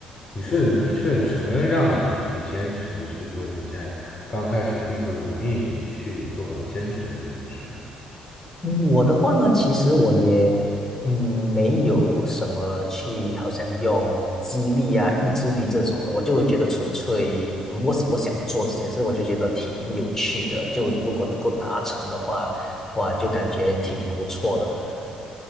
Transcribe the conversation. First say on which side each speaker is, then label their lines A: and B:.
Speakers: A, on the left; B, on the left.
A: 你是你是什么让你去坚持的去做一件刚开始并不容易去做坚持的这件事呢？
B: 嗯，我的话呢，其实我也，嗯，没有什么去，好像用激励啊、意志力这种的，我就觉得纯粹，嗯，我我想做这件事，我就觉得挺有趣的，就如果能够达成的话，哇，就感觉挺不错的。